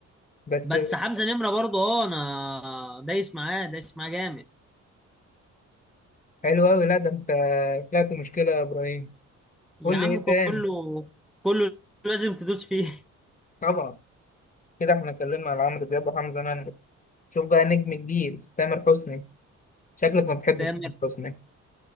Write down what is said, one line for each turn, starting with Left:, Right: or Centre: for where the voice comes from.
Left: بس
Centre: بس حمزة نمرة برضو اه انا دايس معاه دايس معاه جامد
Left: حلو اوي لا ده انت طلعت مشكلة يا ابراهيم
Centre: يا
Left: قول
Centre: عم
Left: لي ايه
Centre: كله
Left: تاني
Centre: كله لازم تدوس فيه
Left: طبعا كده احنا اتكلمنا على عمرو دياب وحمزة نمرة شوف بقى نجم كبير تامر حسني شكلك ما
Centre: <laughs>
Left: بتحبش
Centre: تامر
Left: تامر حسني